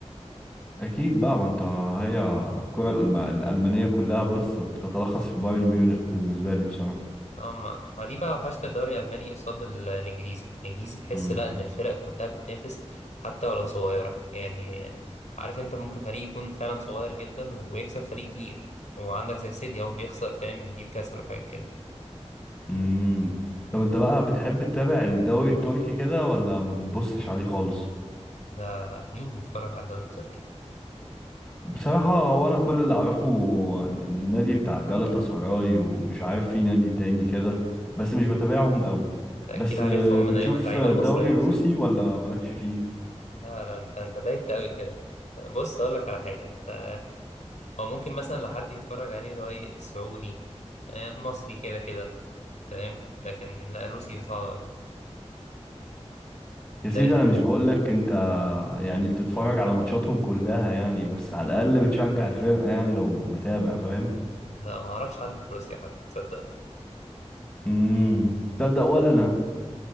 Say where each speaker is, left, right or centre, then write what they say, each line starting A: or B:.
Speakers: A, on the left; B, on the left.
A: اكيد بقى ما انت هي الكره الألم- الالمانيه كلها بص بتتلخص في بايرن ميونخ بالنسبه لي بصراحه
B: اه ما ما دي بقى وحشت الدوري الالماني قصاد ال- الانجليزي الانجليزي تحس
A: امم
B: لا ان الفرق كلها بتنافس حتى ولو صغيره يعني عارف انت ممكن فريق يكون فعلا صغير جدا ويكسب فريق كبير وعندك زي سيتي هو بيخسر فاهم من نيوكاسل وحاجات كده
A: امم طب انت بقى بتحب تتابع الدوري التركي كده ولا ما بتبصش عليه خالص
B: لا لا مين بيتفرج على الدوري التركي
A: بصراحه هو انا كل اللي اعرفه عن النادي بتاع جالاتا سراي ومش عارف في نادي تاني كده بس مش بتابعهم قوي
B: ده اكيد
A: بس
B: عارفهم
A: آه، بتشوف
B: من ايام اللعيبه
A: الدوري
B: المصريه
A: الروسي
B: صح
A: ولا مالكش فيه
B: لا لا انت انت بايت قوي كده بص اقول لك على حاجه انت هو ممكن مثلا لحد يتفرج عليه اللي هو ايه السعودي المصري كده كده فاهم لكن لا الروسي صعب أوي.
A: يا سيدي
B: طب
A: انا مش بقولك انت يعني بتتفرج على ماتشاتهم كلها يعني بس على الاقل بتشجع الفرقه يعني لو متابع فاهم
B: لا ما اعرفش حد في روسيا حتى تصدق
A: امم تصدق ولا انا